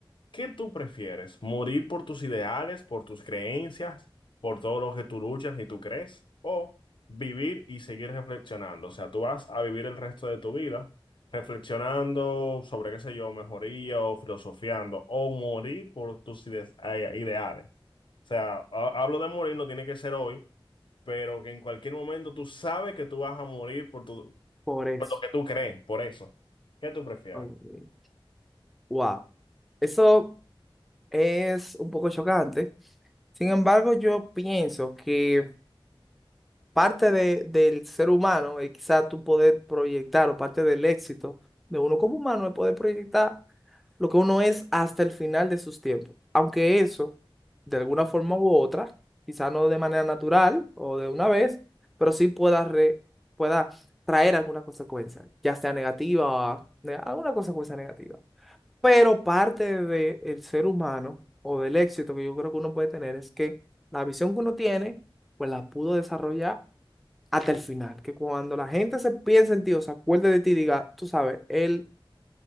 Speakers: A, on the left (about 60°); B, in the centre.
A: ¿Qué tú prefieres? ¿Morir por tus ideales, por tus creencias, por todo lo que tú luchas y tú crees? ¿O vivir y seguir reflexionando? O sea, tú vas a vivir el resto de tu vida reflexionando sobre, qué sé yo, mejoría o filosofiando, o morir por tus ide- eh, ideales. O sea, ha- hablo de morir, no tiene que ser hoy, pero que en cualquier momento tú sabes que tú vas a morir por tu,
B: Por eso.
A: por lo que tú crees, por eso. ¿Qué tú prefieres?
B: Ok. Wow. Eso es un poco chocante. Sin embargo, yo pienso que parte de- del ser humano y quizás tú poder proyectar o parte del éxito de uno como humano es poder proyectar lo que uno es hasta el final de sus tiempos. Aunque eso, de alguna forma u otra, quizás no de manera natural o de una vez, pero sí pueda, re- pueda traer alguna consecuencia, ya sea negativa o ne- alguna consecuencia negativa. Pero parte del ser humano o del éxito que yo creo que uno puede tener es que la visión que uno tiene, pues la pudo desarrollar hasta el final, que cuando la gente se piense en ti o se acuerde de ti, diga, tú sabes, él